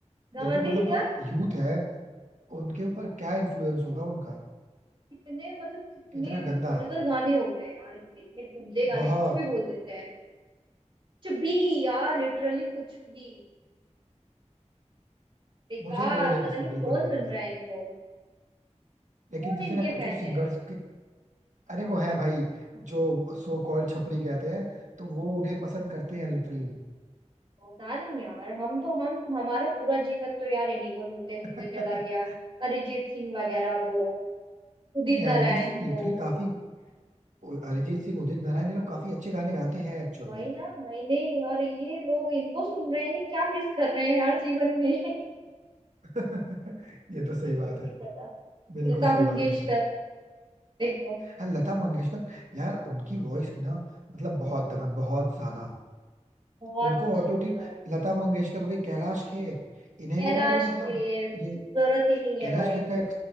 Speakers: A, on the right (about 40°); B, on the right (about 80°).
A: <laughs> गाने
B: देखो मतलब
A: ही
B: जो
A: यार
B: यूथ है उनके ऊपर क्या इन्फ्लुएंस होगा उनका
A: कितने मतलब कितने
B: कितना गंदा
A: वल्गर गाने होते हैं और इनके इतने गंदे गाने
B: बहुत
A: कुछ भी बोल देते हैं कुछ भी यार लिटरली कुछ भी बेकार
B: मुझे वो नहीं
A: पता
B: पसंद
A: नहीं
B: बिल्कुल
A: कौन
B: भी नहीं
A: सुन
B: पसंद
A: रहा है इनको
B: लेकिन
A: कौन
B: जैसे
A: इनके
B: ना कुछ
A: फैन
B: कुछ सिंगर्स
A: है
B: अरे वो है भाई जो सो कॉल्ड छपरी कहते हैं तो वो उन्हें पसंद करते हैं लिटरली
A: पता नहीं यार हम तो हम हमारा पूरा जीवन तो यार इन्हीं को सुनते सुनते
B: <laughs>
A: चला गया अरिजीत सिंह वगैरह को उदित
B: नहीं
A: नारायण
B: अरिजीत सिंह
A: को
B: लिटरली काफी अरिजीत सिंह उदित नारायण ये लोग काफी अच्छे गाने गाते हैं एक्चुअल
A: वही
B: में
A: ना वही नहीं और ये लोग इनको सुन रहे हैं ये क्या मिस कर रहे हैं हर जीवन में <laughs> मुझे
B: <laughs> ये तो सही
A: ये
B: बात
A: नहीं
B: है
A: पता
B: बिल्कुल
A: लता
B: सही
A: मंगेशकर
B: बात है तो
A: देखो
B: हाँ लता मंगेशकर यार उनकी वॉइस में ना मतलब बहुत दम है बहुत ज्यादा
A: बहुत
B: उनको
A: अच्छी
B: ऑटो
A: थी
B: ट्यून
A: भाई
B: लता मंगेशकर हो गई कैलाश खेर इन्हें
A: कैलाश
B: भी ना वो मतलब
A: खेर
B: ये
A: जरूरत ही नहीं
B: कैलाश
A: है भाई
B: खेर का एक